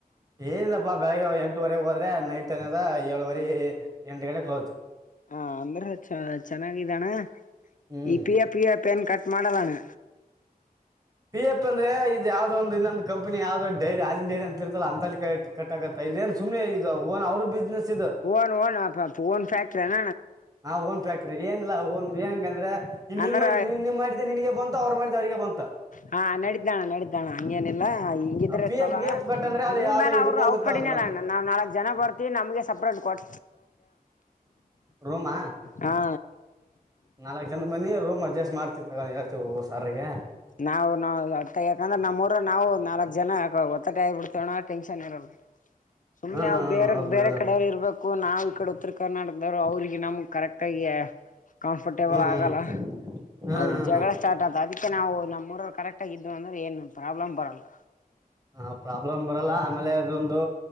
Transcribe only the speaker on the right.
ಏನಿಲ್ಲಪ್ಪಾ ಬೆಳಗ್ಗೆ ಎಂಟುವರೆ ಹೋದ್ರೆ ನೈಟ್ ಏನದ ಏಳುವರಿ ಎಂಟು ಗಂಟೆ ಕ್ಲೋಸ್
ಹ್ಮ್
ಪಿ ಎಫ ಅಂದ್ರೆ ಇದು ಯಾವ್ದೋ ಒಂದು ಇನ್ನೊಂದು ಕಂಪನಿ ಯಾವ್ದೋ ಡೈರಿ ಹಾಲಿನ ಡೈರಿ ಅಂತ ಇರ್ತಲ್ಲ, ಅಂತ ಅಲ್ಲಿ ಕಟ್ ಆಗತ್ತ ಇದಏನ್ ಸುಮ್ಮ್ನೆ ಇದು ಓನ್ ಅವರು ಬಿಸ್ನೆಸ್ ಇದು
ಹಾ ಓನ್ ಫ್ಯಾಕ್ಟ್ರಿ ಏನಿಲ್ಲ ಓನ್ ಹೆಂಗಂದ್ರೆ ಇ ನಿಮ್
ನಿನಗೆ ಮಾಡಿದ್ದೆ ನಿನಿಗೆ ಬಂತು ಅವ್ರು ಮಾಡಿದ್ದು ಅವ್ರಿಗೆ ಬಂತು
ಪಿ
ಎಫ್ ಗಿ ಎಫ್ ಕಟ್ಟಂದ್ರೆ ಅದು
ಯಾವ್ದೋ ಇದಕ್ಕೆ
ಹೋಗುತ್ತ
ಅದು ಮತ್ತೆ
ರೂಮಾ?
ನಾಲ್ಕ್ ಜನ ಬನ್ನಿ ರೂಮ್ ಅಡ್ಜಸ್ಟ್ ಮಾಡ್ತಿವಿ ತಗೊಂಡ ಹೇಳ್ತವಿ ಸಾರಿಗೆ.
ಹ್ಮ್
ಹ್ಮ್
ಹೌದ್ ಬಿಡೋದನ್
ಹ್ಮ್ ಹ್ಮ್
ಹ್ಮ್
ಹ್ಮ್
ಹ ಪ್ರಾಬ್ಲಮ್ ಬರಲ್ಲ ಆಮೇಲೆ ಅದೊಂದು